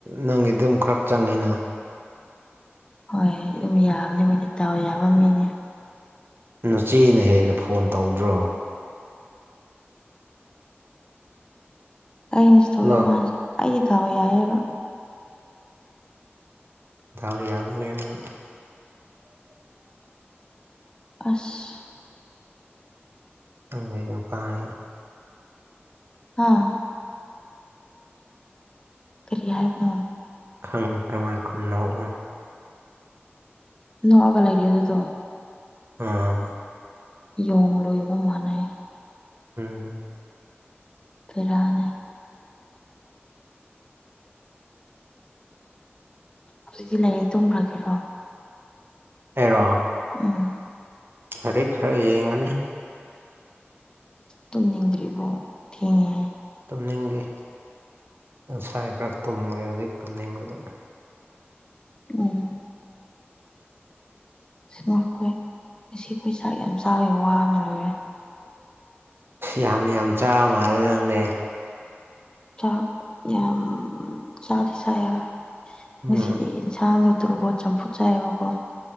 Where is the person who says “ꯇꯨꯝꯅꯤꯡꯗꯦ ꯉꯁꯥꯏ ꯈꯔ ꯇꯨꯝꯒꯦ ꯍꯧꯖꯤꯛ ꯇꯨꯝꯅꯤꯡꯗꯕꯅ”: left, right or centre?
Right